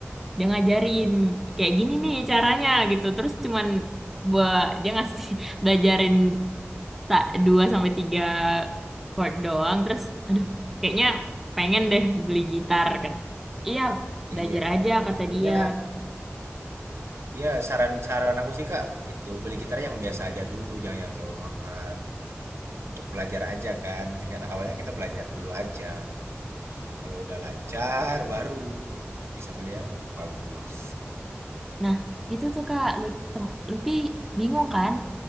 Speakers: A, in the centre; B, on the right (about 70°).
A: dia ngajarin
B: Hmm.
A: kayak gini nih caranya gitu. Terus cuman buat dia ngasih <laughs> belajarin tak dua sampai tiga chord doang
B: Kunci.
A: terus aduh kayaknya pengen deh beli gitar kan iya belajar
B: iya
A: aja kata
B: belinya
A: dia
B: ya saran-saran aku sih kak itu beli gitar yang biasa aja dulu jangan yang terlalu mahal untuk belajar aja kan tingkat awalnya kita belajar dulu aja kalau udah lancar baru bisa beli yang bagus
A: nah itu tuh kak Lut- tem- Lutfi bingung kan